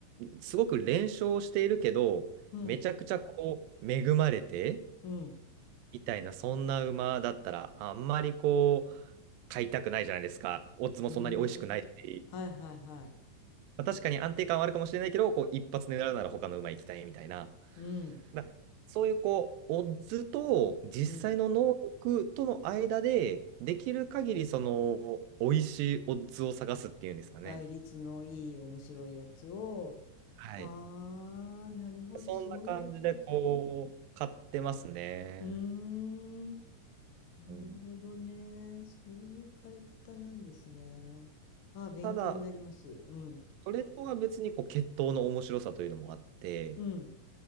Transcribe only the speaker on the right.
すごく連勝しているけど、
めちゃくちゃこう恵まれて、
みたいな、そんな馬だったら、あんまりこう、買いたくないじゃないですか。オッズもそんなに美味しくないし、
まあ、確かに安定感はあるかもしれないけど、こう、一発狙うなら他の馬行きたいみたいな。
だそういう、こう、オッズと実際の能力との間で、
できる限り、その、美味しいオッズを探すっていうんですかね。
はい。
そんな感じで、
こう、買ってますね。
うん。
ただ、
それとは別に、こう、血統の面白さというのもあって、